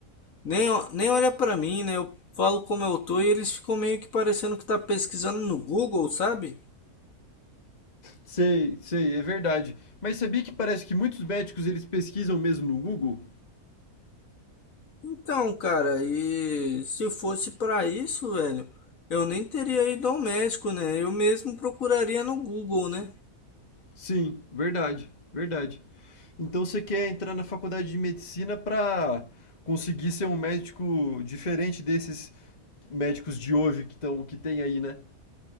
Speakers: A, on the left (about 60°); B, on the left (about 30°).
A: Nem, o- nem olha pra mim, né? Eu falo como eu tô e eles ficam meio que parecendo que tá pesquisando no Google, sabe?
B: Sei, sei, é verdade. Mas sabia que parece que muitos médicos eles pesquisam mesmo no Google?
A: Então, cara, e se fosse pra isso, velho, eu nem teria ido ao médico, né? Eu mesmo procuraria no Google, né?
B: Sim, verdade, verdade. Então você quer entrar na faculdade de medicina para conseguir ser um médico diferente desses médicos de hoje que estão que tem aí, né?